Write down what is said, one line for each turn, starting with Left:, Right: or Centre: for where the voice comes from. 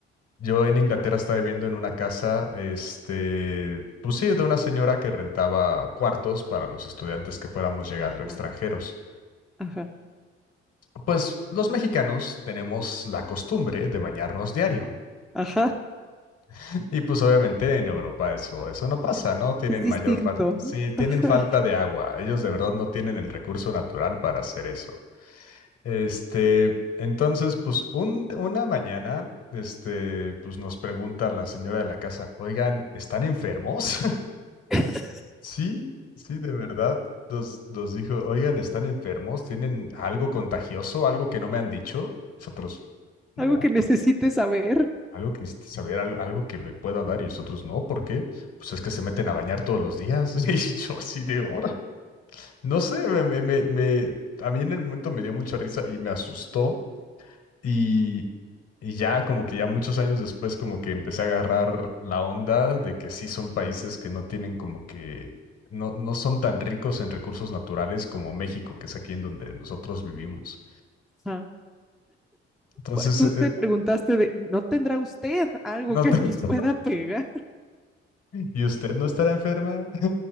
Left: yo en Inglaterra estaba viviendo en una casa, este, pues sí, de una señora que rentaba cuartos para los estudiantes que fuéramos llegando
Centre: Ajá,
Left: extranjeros.
Centre: ajá,
Left: Pues los mexicanos tenemos la costumbre de bañarnos diario.
Centre: ajá.
Left: <laughs> Y pues obviamente en Europa eso, eso no pasa, ¿no? Tienen
Centre: Es distinto.
Left: mayor falta. Sí, tienen
Centre: Ajá.
Left: falta de agua. Ellos de verdad no tienen el recurso natural para hacer eso. Este, entonces, pues un- una mañana, este, pues nos pregunta la señora de la casa, oigan, ¿están enfermos? <laughs>
Centre: <laughs>
Left: Sí, sí, de verdad. Nos, nos dijo, oigan, ¿están enfermos? ¿Tienen algo contagioso? ¿Algo que no me han dicho? Nosotros, no.
Centre: Algo que necesites saber.
Left: Algo que necesito saber, algo, algo que me pueda dar y los otros no, ¿por qué? Pues es que se meten a bañar todos los días. <laughs> Y yo así de hora. No sé, me, me, me, me- a mí en el momento me dio mucha risa y me asustó. Y, y ya como que ya muchos años después como que empecé a agarrar la onda de que sí son países que no tienen como que, no, no son tan ricos en recursos naturales como México, que es aquí en donde nosotros vivimos.
Centre: Ajá.
Left: Entonces,
Centre: Tú
Left: eh, eh,
Centre: te preguntaste de, ¿no tendrá usted algo
Left: no
Centre: que
Left: te-
Centre: nos
Left: <laughs>
Centre: pueda pegar?
Left: ¿Y usted no estará enferma?